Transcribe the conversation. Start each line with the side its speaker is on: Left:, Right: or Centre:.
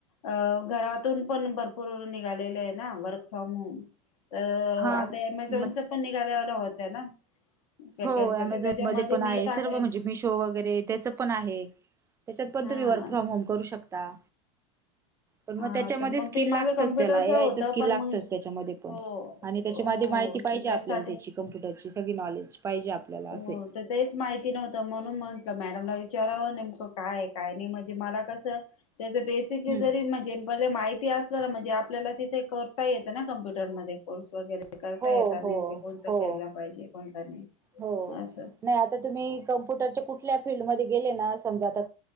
Left: अ.. घरातून पण भरपूर निघालेले आहे ना वर्क फ्रॉम होम. तर
Right: हां
Left: आता अमेझॉनच
Right: मग
Left: पण निघाल्यावल होत ना. वॅकन्सी
Right: हो अमेझॉनमध्ये
Left: तर त्याच्यामध्ये
Right: पण
Left: मी
Right: आहे
Left: टाकले
Right: सर्व म्हणजे मिशो वगैरे त्याचं पण आहे. त्याच्यात पण
Left: हा.
Right: तुम्ही वर्क फ्रॉम होम करू शकता. पण
Left: हा
Right: मग त्याच्यामध्ये
Left: तर मग
Right: स्किल
Left: ते माझं
Right: लागतच
Left: कम्प्युटरच
Right: त्याच्या मध्ये पण, त्याला ए
Left: होतं
Right: आयच स्किल
Left: पण
Right: लागतच
Left: मग
Right: त्याच्यामध्ये पण
Left: हो
Right: आणि त्याच्यामध्ये
Left: हो
Right: माहिती पाहिजे
Left: तर त्यासाठी
Right: आपल्याला त्याची कम्प्युटरची सगळी नॉलेज. पाहिजे आपल्याला असे
Left: हो. तर तेच माहिती नव्हतं म्हणून म्हंटलं मॅडम विचाराव नेमकं काय जरा काय आहे, काय तरनाही म्हणजे मला कसं त्याच बेसिकली
Right: हम्म
Left: जरी म्हणजे भले माहिती असलं ना म्हणजे आप आपल्याला तिथे एक करता येतं ना कम्प्युटरमध्येध्ये कोर्स वगैरे. ते करता
Right: हो
Left: येतात
Right: हो
Left: नेमके कोणतं
Right: हो
Left: केला, पाहिजे कोणता नाही
Right: हो.
Left: असं
Right: नाही आता तुम्ही कंम्प्युटरच्या कुठल्या फिल्डमध्ये गेले ना समजा आता